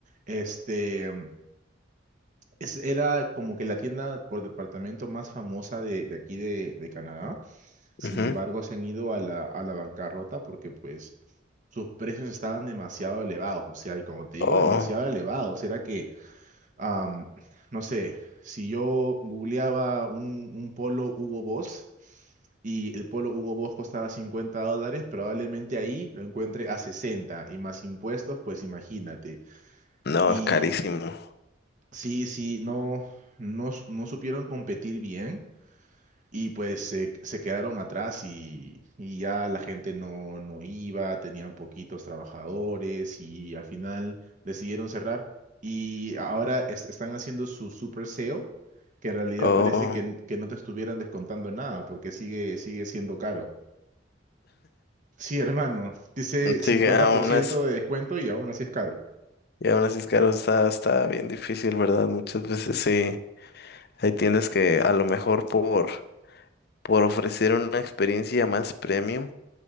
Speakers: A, on the right (about 40°); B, on the left (about 55°).
A: Este, mm, es, era como que la tienda por departamento más famosa de, de aquí de, de Canadá. Sin
B: ujú,
A: embargo, se han ido a la, a la bancarrota porque pues sus precios estaban demasiado elevados. O sea, y como te digo,
B: Oh.
A: demasiado elevados. Era que am, no sé, si yo googleaba un, un polo Hugo Boss y el polo Hugo Boss costaba 50 dólares, probablemente ahí lo encuentre a 60 y más impuestos, pues imagínate.
B: No,
A: Y
B: es carísimo.
A: sí, sí, no, no, s- no supieron competir bien. Y pues se, se quedaron atrás y, y ya la gente no, no iba, tenían poquitos trabajadores y al final decidieron cerrar. Y ahora es- están haciendo su super sale, que en realidad
B: Oh,
A: parece que, n- que no te estuvieran descontando nada porque sigue, sigue siendo caro. Sí, hermano, dice cincuenta
B: sí, aún
A: por ciento
B: así,
A: de descuento y aún así es caro.
B: y aún así es caro, está, está bien difícil, ¿verdad? Muchas veces sí, hay tiendas que a lo mejor por, por ofrecer una experiencia más premium,